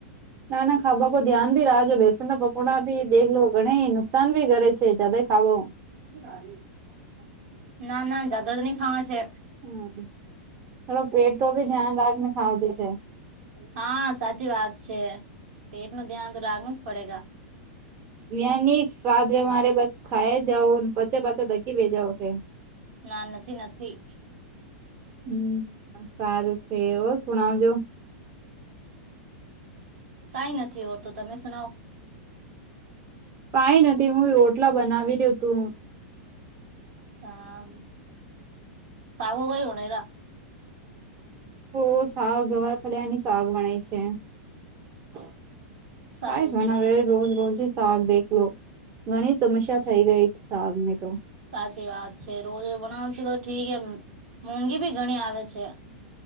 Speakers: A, on the right; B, on the right.
A: ના, ના, ખાવા કો ધ્યાન ભી રાખજો, બેસણના પકોડા, ભ દેખ લો ઘણે નુકાન. <unintelligible> તમે ઘરે છે, તમે ખાવો?
B: ના, ના, જદા તો નહી ખાવા છે.
A: હમ, થોડો પેટો ભી ધ્યાન રાખને ખાવજો છે.
B: હા, સાચી વાત છે. પેટ નું ધ્યાન તો રાખવું જ પડશે.
A: યાં નની સ્વાદ રે મારે બછ ખાઈ જવ પછે પાછા ધકી બેે જાાવ છે <unintelligible>
B: ના નથી નથી.
A: હમ સારું છે ઔવો સુણાવજો.
B: કઈ નથી હોર તો તમે સુનાવ
A: કંઈ નથી હું રોટલા બનાવી દે તું.
B: છા સાગો કઈ હોનારા <unintelligible>
A: તો શાક અવાર ફડ્યાની શાક વણાય છે. <unintelligible>
B: સારું
A: કાંઈ બનાવે
B: છે
A: એ જ. રોજ રોજ શાક દેખલો, ઘણી સમસ્યા થઈ ગઈ, એક શાક ને તો
B: સાચી વાત છે. રોજ બનાવવાનું છે, તો ઠીક, એ મોંઘી ભી ઘણી આવે છે.